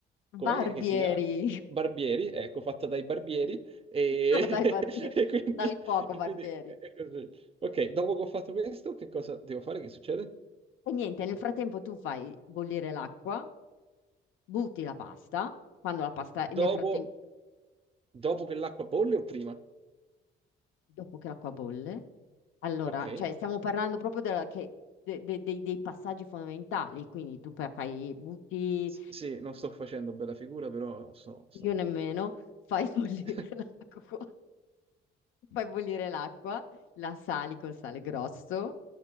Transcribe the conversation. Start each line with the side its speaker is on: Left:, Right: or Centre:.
Right: com'è
Left: barbieri.
Right: che si chiama?
Left: <laughs>
Right: Barbieri, ecco, fatta dai barbieri. E,
Left: No, dai, barbieri.
Right: <laughs> e quindi,
Left: Dal cuoco,
Right: e
Left: barbieri.
Right: quindi è così. Ok, dopo che ho fatto questo, che cosa devo fare? Che succede?
Left: E niente, nel frattempo tu fai bollire l'acqua, butti la pasta, quando la pasta, nel
Right: Dopo
Left: frattempo,
Right: Dopo che l'acqua bolle o prima?
Left: dopo che l'acqua bolle. Allora,
Right: Ok.
Left: cioè stiamo parlando proprio della- che- de- de- dei dei passaggi fondamentali, quindi tu per- fai, butti,
Right: S- Sì, non sto facendo bella figura, però sto, sto
Left: io
Right: nel
Left: nemmeno,
Right: panico.
Left: fai <laughs> bollire
Right: <laughs>
Left: l'acqua, fai bollire l'acqua, la sali col sale grosso,